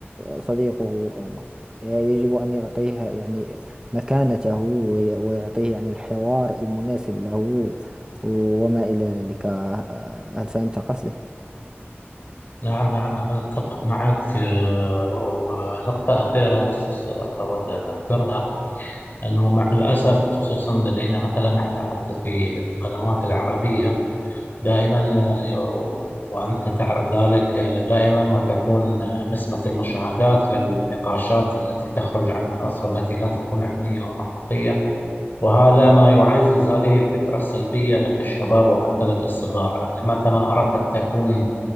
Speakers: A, on the right; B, on the left.
A: صديقه أو ما يجب أن يعطيه يعني مكانته وي- ويعطيه يعني الحوار المناسب له وما إلى ذلك آه، هل فهمت قصدي؟
B: نعم نعم أنا أتفق معك آه، ونقطة أخيرة بس أود أن أذكرها أنه مع الأسف خصوصا لدينا مثلا إحنا حتى في القنوات العربية دائما آه، وأنت تعرف ذلك آه، دائما ما تكون آه، نسبة المشاهدات للنقاشات التي تخرج عن النص والتي لا تكون علمية ومنطقية وهذا ما يعزز هذه الفكرة السلبية لدى الشباب وحتى لدى الصغار أن متى ما أردت أن تكون